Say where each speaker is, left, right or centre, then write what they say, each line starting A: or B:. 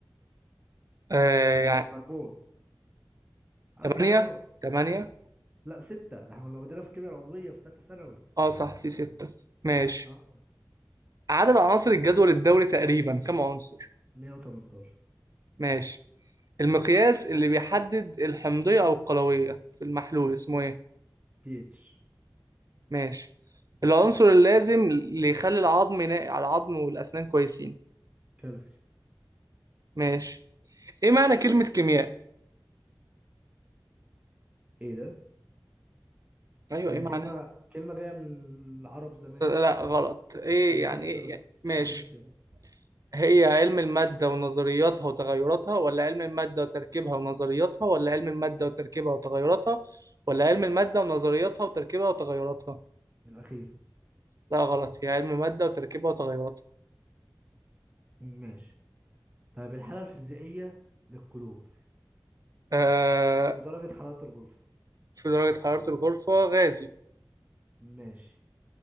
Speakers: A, on the right (about 45°); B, on the right (about 15°).
A: آه
B: ها
A: يعني
B: كربون عدد
A: تمانية
B: الذرات
A: تمانية
B: لا ستة ده احنا كنا واخدينها في الكيمياء العضوية في تالتة ثانوي
A: اه صح سي ستة ماشي
B: اه
A: عدد عناصر الجدول الدوري تقريبا كم عنصر
B: 118
A: ماشي المقياس اللي بيحدد الحمضية أو القلوية في المحلول اسمه إيه؟
B: بي اتش
A: ماشي العنصر اللازم اللي يخلي العظم ناقي على العظم والأسنان كويسين
B: كالسيوم
A: ماشي إيه معنى كلمة كيمياء؟
B: ايه ده؟
A: أيوه
B: هي
A: إيه معنى؟
B: كلمة كلمة جاية من العرب زمان
A: لا
B: كده
A: غلط إيه
B: طب اديني
A: يعني
B: اختيارات
A: إيه يعني- ماشي
B: اديني اختيارات
A: هي علم المادة ونظرياتها وتغيراتها ولا علم المادة وتركيبها ونظرياتها ولا علم المادة وتركيبها وتغيراتها ولا علم المادة ونظرياتها وتركيبها وتغيراتها؟
B: الأخيرة
A: لا غلط هي علم المادة وتركيبها وتغيراتها
B: ماشي طيب الحالة الفيزيائية للكلور
A: آه،
B: في درجة حرارة الغرفة
A: في درجة حرارة الغرفة غازي
B: ماشي